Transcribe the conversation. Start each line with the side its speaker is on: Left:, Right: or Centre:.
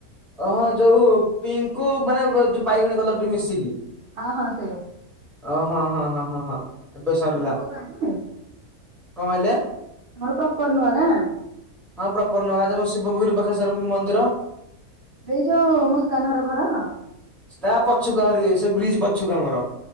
Centre: ଓହଁ! ଯୋଉ ପିଙ୍କ୍ କୁ ମାନେ ଯୋଉ ବାଇଗଣୀ କଲରଟି ମିଶିକି।
Right: ହଁ ହଁ ସେ।
Centre: ଓ ହଁ ହଁ ହଁ ହଁ ହଁ। ଏବେ ସରିଲା
Right: ତମର କୋଉ ଗାଁ କି?
Centre: କଣ କହିଲେ?
Right: ଆମର ପ୍ରପର ନୂଆଗାଁ
Centre: ହଁ, ପ୍ରପର ନୂଆଗାଁ। ଯେ ମ ଶିବପୁର ପାଖରେ ସେ ର ମନ୍ଦିର
Right: ଏଇ ଯୋଉ ମୁସ୍କାନ୍ ହର ଘର?
Centre: ତା ପଛକୁ ଆହୁରି ସେ ବ୍ରିଜ୍ ପଛକୁ ଆମର।